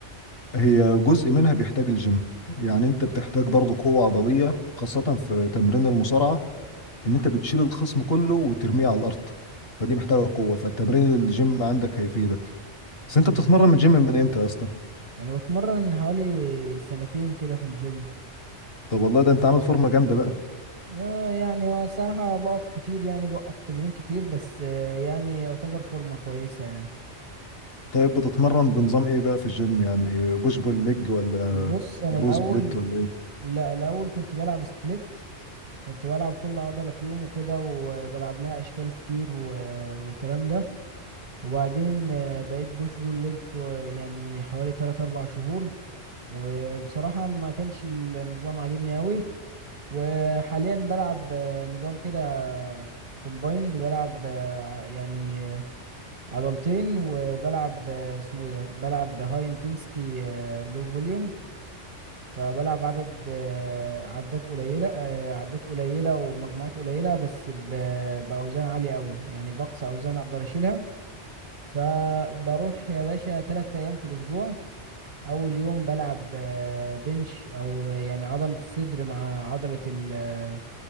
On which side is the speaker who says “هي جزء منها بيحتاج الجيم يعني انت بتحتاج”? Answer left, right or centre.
Left